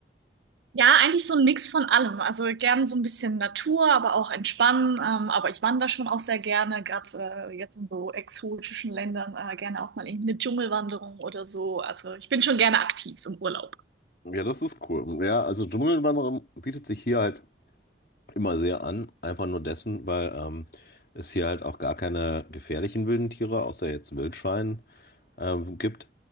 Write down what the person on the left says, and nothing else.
Ja, das ist cool. Ja, also Dschungelwanderung bietet sich hier halt immer sehr an, einfach nur dessen, weil ähm, es hier halt auch gar keine gefährlichen wilden Tiere, außer jetzt Wildschwein, ähm, gibt.